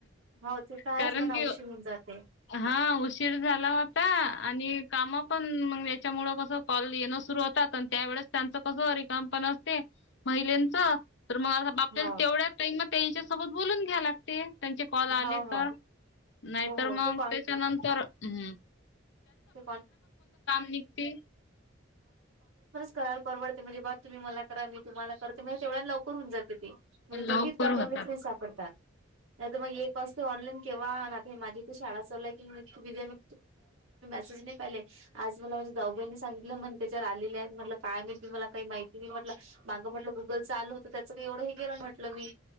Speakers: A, on the right; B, on the left.
A: हो ते तर आहेच
B: कारण
A: म्हणा
B: की
A: उशीर होऊन जाते
B: हा... उशीर झाला होता आणि काम पण मग याच्यामुळे माझा कॉल येण सुरू होतात अन... त्या वळेस त्यांचं कस रिकाम पण असते महिलेंच... तर मग आपल्याला
A: हो
B: तेवढ्याच टाईम म त्यांच्या सोबत बोलून घ्या लागते.... त्यांची कॉल
A: हो
B: आली
A: हो
B: तर नाहीतर
A: हो हो
B: मग
A: ते कॉ
B: त्याच्यानंतर हुं....
A: <unintelligible>
B: निघते.
A: कराल परवडते म्हणे बा तुम्ही मला करा मी तुम्हाला करते म्हणजे तेवढ्या लवकर हून जाते.... म्हणजे
B: लवकर
A: दोघी त्या टाईमला
B: होतात
A: फ्री सापडतात नाहीतर मग एक असते ऑनलाईन केव्हा... माझी तर शाळा चाल चालू आहे... मेसेज नाही पाहिलाय आज मला माझ्या जाऊबाईंनी सांगितलं मन त्याच्यावर आलेले आहेत म्हटलं काय माहीत मला काही माहिती नाही म्ह... म्हंटल माग म्हटलं गुगलच आल होतं त्याच काही एवढं हे केलं म्हटल मी.